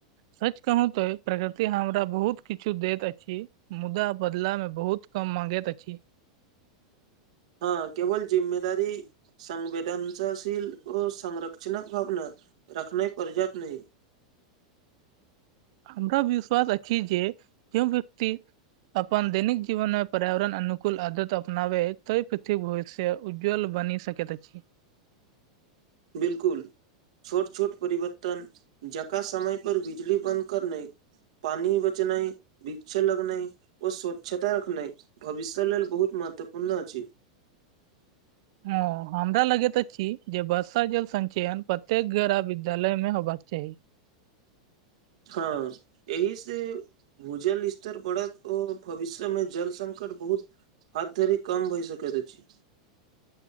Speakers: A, on the right; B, on the right.
A: सच कहू तो प्रकृति हमरा बहुत किछु दैत अछि मुदा बदला मे बहुत कम माँंगेैत अछी
B: हँ केवल जिम्मेदारी संवेदनताशील ओ संरक्षणक भावना रखने पर्याप्त नहि
A: हमरा विश्वास अछि जे जो व्यक्ति अपन दैनिक जीवन में पर्यावरण अनुकूल आदत अपनावे तो पृथ्वी भविष्य से उज्ज्वल बनी सकैत अछि
B: बिलकुल छोट छोट परिवर्तन जकाँ समय पर बिजली बन्द कर नइ पानी बचनाई वृक्ष लगनाई ओ स्वच्छता रखनाई भविष्य लेल बहुत महत्वपूर्ण अछि
A: ओ हमरा लगेत अछि जे वर्षा जल संचयन प्रत्येक गरह विद्यालय में होबाक चाही
B: हँ एहि से भूजल स्तर बढ़त आर भविष्यमे जल संकट बहुत हथ धरी कम भहि सकैत अछि